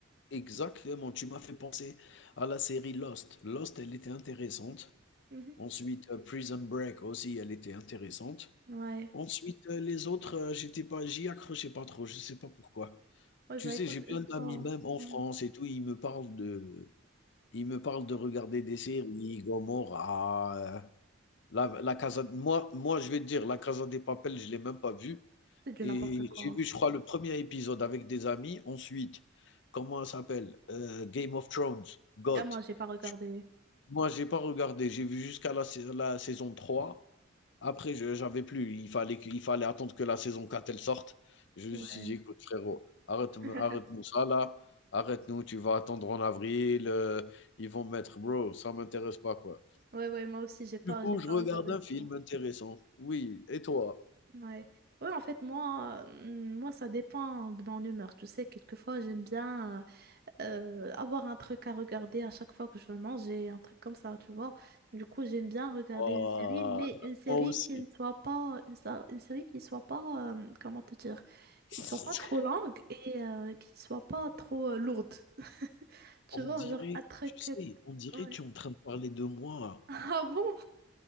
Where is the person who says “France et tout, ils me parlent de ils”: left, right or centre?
Left